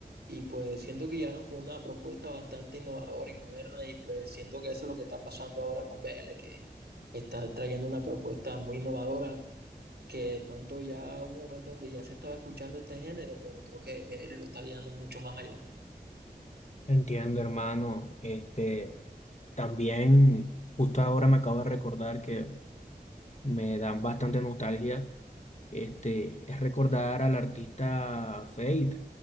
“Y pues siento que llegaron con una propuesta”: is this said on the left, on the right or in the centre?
Right